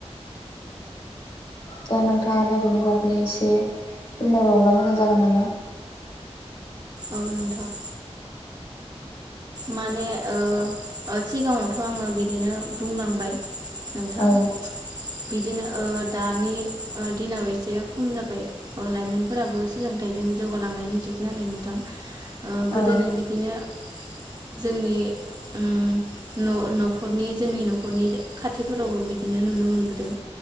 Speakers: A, on the left; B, on the right.
A: दा नोंथाङानो बेनि बागै एसे फोरमायबावब्ला मोजां जागोन नामा?
B: औ नोंथां। माने ओ ओ सिगाङावथ' आङो बिदिनो बुंलांबाय नोंथां
A: औ
B: बिदिनो ओ दानि ओ दिनाव एसे खम जाबाय ओ लाइमोनफोराबो सोलोंथाइजों जौगालांनायनि जुग नालाय नोंथां ओ गोदोनो
A: औ
B: बिदिनो जोंनि ओम न'-न'खरनि जोंनि न'खरनि खाथिफोरावबो बिदिनो नुनो मोनबोदों।